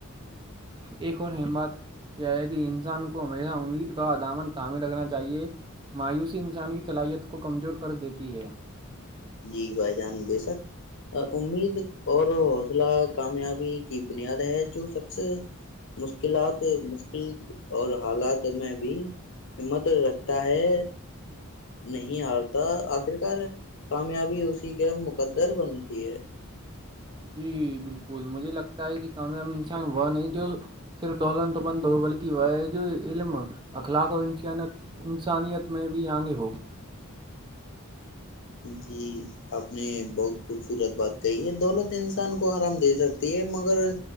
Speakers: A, on the right; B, on the left.
A: ایک اور حماد یہ ہے کہ انسان کو ہمیشہ امید کا عدامن تعمیر رکھنا چاہیئے مایوسی انسان کی صلاحیت کو کمزور کر دیتی ہے
B: جی بھائی جان بے شک امید اور حوصلہ کامیابی کی بنیاد ہے جو شخص مشکلات مشکل اور حالات میں بھی ہمت رکھتا ہے نہیں آتا آخرکار کامیابی اسی کے مقدر بنتی ہے
A: جی بالکل مجھے لگتا ہے کہ کامیاب انسان وہ نہیں جو صرف دلہتت بند ہو بلکہ وہ ہے جو علم اخلاق اور انسانیت میں بھی آگے ہو
B: جی آپ نے بہت خوبصورت بات کہی ہے دولت انسان کو آرام دے سکتی ہے مگر